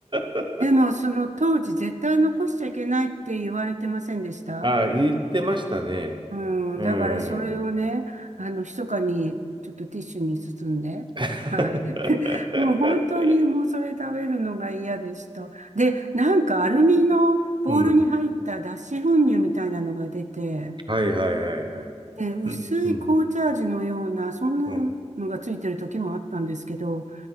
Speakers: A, on the right (about 40°); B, on the right (about 75°).
A: ー。
B: でもその当時絶対残しちゃいけないって言われてませんでした
A: <laughs> ああ、言ってましたね。
B: うん、
A: うん。
B: だからそれをね、あの、密かにちょっとティッシュに包んで、
A: <laughs>
B: はい。<laughs> もう本当にもうそれ食べるのが嫌でした。で、なんかアルミのボウルに入った脱脂粉乳みたいなのが出て、
A: うん。はいはいはいはい。
B: で、薄い紅茶味のような、
A: うん、うん、
B: そんなのがついてる時もあったんですけど、
A: うん。